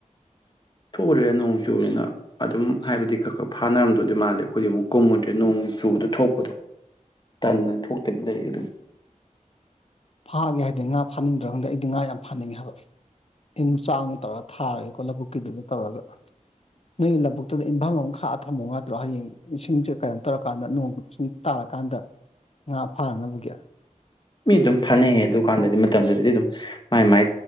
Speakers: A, on the left; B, on the left.
A: ꯊꯣꯛꯎꯔꯦ ꯅꯣꯡ ꯆꯨꯨꯕꯅꯤꯅ ꯑꯗꯨꯝ ꯍꯥꯏꯕꯗꯤ ꯈꯔ ꯈꯔ ꯐꯥꯅꯔꯝꯗꯣꯏꯗꯤ ꯃꯥꯜꯂꯦ ꯑꯩꯈꯣꯏꯗꯤ ꯑꯃꯨꯛ ꯀꯨꯝꯃꯨꯗ꯭ꯔꯦ ꯅꯣꯡ ꯆꯨꯕꯗꯨ ꯊꯣꯛꯄꯗꯣ ꯇꯟꯅ ꯊꯣꯛꯇꯕꯤ ꯂꯩ ꯑꯗꯨꯝ
B: ꯐꯥꯒꯦ ꯍꯥꯏꯗꯦ ꯉꯥ ꯐꯥꯅꯤꯡꯗ꯭ꯔꯥ ꯈꯪꯗꯦ ꯑꯩꯗꯤ ꯉꯥ ꯌꯥꯝ ꯐꯥꯅꯤꯡꯉꯦ ꯍꯥꯏꯕ ꯇꯤꯟ ꯆꯥꯡ ꯇꯧꯔꯒ ꯊꯥꯔꯒꯦꯀꯣ ꯂꯧꯕꯨꯛꯀꯤꯗꯨꯗ ꯇꯧꯔꯒ ꯅꯪꯒꯤ ꯂꯧꯕꯕꯨꯛꯇꯨꯗ ꯏꯟꯕꯝ ꯑꯃ ꯈꯥꯛꯑ ꯊꯥꯝꯃꯣ ꯉꯥꯛꯇ꯭ꯔꯣ ꯍꯌꯦꯡ ꯏꯁꯤꯡꯁꯦ ꯀꯩꯅꯣ ꯇꯧꯔꯀꯥꯟꯗ ꯅꯣꯡ ꯁꯤꯡ ꯇꯥꯔꯀꯥꯟꯗ ꯉꯥ ꯐꯥꯅꯅꯕꯒꯤ
A: ꯃꯤ ꯑꯗꯨꯝ ꯐꯅꯩꯌꯦ ꯑꯗꯨꯀꯥꯟꯗꯗꯤ ꯃꯇꯝꯗꯨꯗꯗꯤ ꯑꯗꯨꯝ ꯃꯥꯏ ꯃꯥꯏ